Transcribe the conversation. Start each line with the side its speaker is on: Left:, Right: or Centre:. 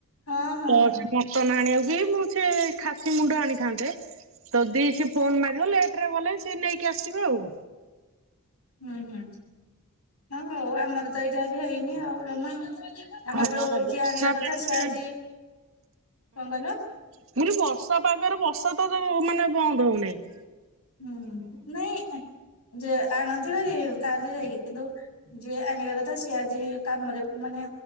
Left: ହଁ ହଁ
Right: ତ
Left: ହଁ
Right: ସେ ମଟନ ଆଣିବାକୁ ବି ମୁଁ ସେ ଖାସି ମୁଣ୍ଡ ଆଣିଥାନ୍ତେ। ତ ଦି ସି ଫୋନ ମାରିବ ଲେଟ ରେ ଗଲେ ସିଏ ନେଇକି ଆସିବେ ଆଉ।
Left: ଉଁ ହୁଁ ହଁ ହଉ ଆମର ତ ଏଇଟାଜି ହେଇନି ଆଉ ଜମା। ଆମର
Right: ହଁ
Left: ଯୋଉ
Right: ବର୍ଷା
Left: ଯିଏ ଆଣିବା କଥା
Right: ପାଗରେ
Left: ସିଏ ଆଜି। କଣ କଇଲ?
Right: ମୁୁ କଇଲି ବର୍ଷା ପାଗରେ ବର୍ଷା ତ ମାନେ ବନ୍ଦ ହୋଉନେଇଁ।
Left: ହୁଁ ନାଇଁ ଯେ ଆଣନ୍ତି ଭାରି କାର ରେ ଯାଇକି। କିନ୍ତୁ ଯିଏ ଆଣିବା କଥା ସିଏ ଆଜି କାମରେ ମାନେ